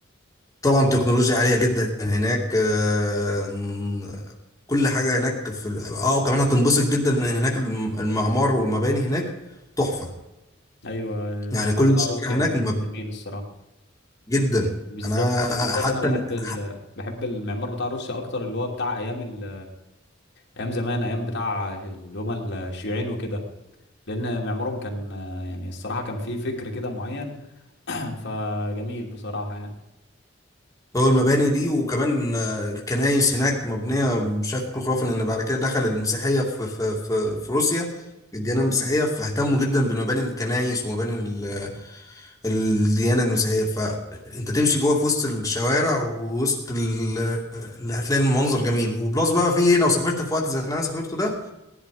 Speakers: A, on the left (about 15°); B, on the left (about 60°).
A: طبعا تكنولوجيا عالية جدا هناك آم، كل حاجة هناك في ال- اه وكمان هتنبسط جدا ان هناك الم- المعمار والمباني هناك تحفة
B: ايوه المعمار
A: يعني كل
B: بتاع
A: الشوارع
B: روسيا
A: هناك مب-
B: جميل الصراحه
A: جدا
B: بالذات
A: انا
B: بالذات
A: حتى
B: انا بحب
A: ال-
B: ال...
A: ح-
B: بحب المعمار بتاع روسيا اكتر اللي هو بتاع ايام ال... ايام زمان ايام بتاع اللي هم الشيوعيين وكده لان معمارهم كان يعني الصراحه كان فيه فكر كده معين <clears throat> فجميل بصراحه يعني
A: هو المباني دي وكمان آه، الكنائس هناك مبنية بشكل خرافي لان بعد كده دخل المسيحية في في في, في روسيا الديانة المسيحية فاهتموا جدا بالمباني الكنائس ومباني ال الديانة المسيحية فانت تمشي جوه في وسط الشوارع ووسط ال- اللي هتلاقي المنظر جميل وبلس بقى في ايه لو سافرت في وقت زي اللي انا سافرته ده